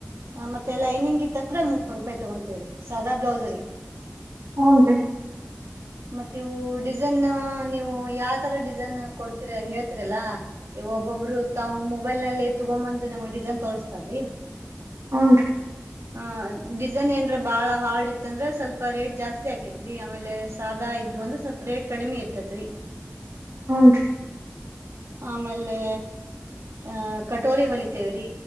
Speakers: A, on the right; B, on the right.
A: ಹ ಮತ್ತೆ ಲೈನಿಂಗ್ ಇತ್ತ್ ಅಂದ್ರೆ ಮುನ್ನೂರು ರೂಪಾಯಿ ತಗೊಂತಿವ್ರಿ ಸಾದಾ ಬ್ಲೌಸ್ ರಿ.
B: ಹೂನ್ರಿ.
A: ಮತ್ತೆ ಇವು ಡಿಸೈನ್ನು ನೀವು ಯಾವ ತರ ಡಿಸೈನ್ ಕೊಡ್ತಿರ ಹೇಳ್ತೀರಲ್ಲಾ ಇ ಒಬ್ಬೊಬ್ರು ತಾವ್ ಮೊಬೈಲ್ನಲ್ಲೆ ತಗೊಂಬಂದು ನಮ್ಗ್ ಡಿಸೈನ್ ತೋರಿಸ್ತಾರಲ್ಲಿ
B: ಹ್ನ್ ರೀ.
A: <inaudible> ಹ ಡಿಸೈನ್ ಏನ್ರ ಬಾಳ ಹಾರ್ಡ್ ಇತ್ತ ಅಂದ್ರೆ ಸ್ವಲ್ಪ ರೇಟ್ ಜಾಸ್ತಿ ಆಕೇತ್ ರೀ ಆಮೇಲೆ ಸಾದಾ ಇದ್ದು ಅಂದ್ರ ಸ್ವಲ್ಪ್ ರೇಟ್ ಕಡಿಮಿ ಇರ್ತತ್ ರೀ.
B: ಹ್ನ್ ರಿ.
A: ಆಮೇಲೆ ಅ ಕಟೋರಿ ಹೊಲಿತೇವ್ರಿ.